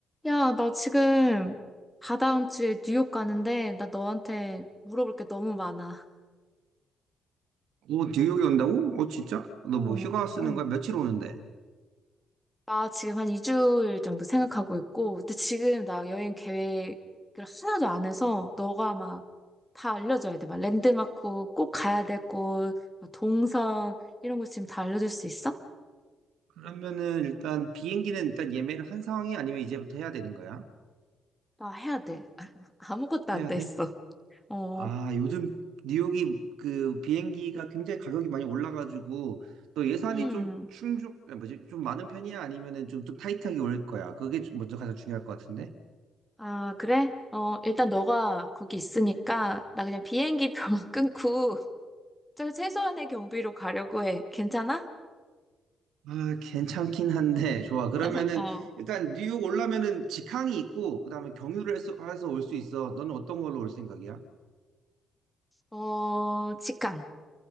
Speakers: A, in the centre; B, on the right.
A: 야, 나 지금 다다음 주에 뉴욕 가는데 나 너한테 물어볼 게 너무 많아.
B: 오, 뉴욕에 온다고? 오, 진짜? 너
A: 어,
B: 뭐 휴가 쓰는
A: 응.
B: 거야? 며칠 오는데?
A: 나 지금 한 2주일 정도 생각하고 있고, 근데 지금 나 여행 계획을 하나도 안 해서 너가 막 다 알려줘야 돼. 막 랜드마크 꼭 가야 될 곳, 막 동선 이런 거 지금 다 알려줄 수 있어?
B: 그러면은 일단 비행기는 일단 예매를 한 상황이 아니면 이제부터 해야 되는 거야?
A: 나 해야 돼. <laughs> 아무것도 안
B: 해야
A: 돼
B: 돼?
A: 있어. 어,
B: 아, 요즘 뉴욕이 그 비행기가 굉장히 가격이 많이 올라가지고 너 예산이
A: 음.
B: 좀 충족, 아, 뭐지? 좀 많은 편이야? 아니면은 좀, 좀 타이트하게 올 거야? 그게 좀 먼저 가장 중요할 것 같은데?
A: 아, 그래? 어, 일단 너가 거기 있으니까 나 그냥 비행기표만 <laughs> 끊고 저 최소한의 경비로 가려고 해. 괜찮아?
B: 아, 괜찮긴 한데, 좋아.
A: <laughs>
B: 그러면은
A: 어,
B: 일단 뉴욕 올라면은 직항이 있고, 그 다음에 경유를 해서 올 수 있어. 너는 어떤 걸로 올 생각이야?
A: 어, 직항.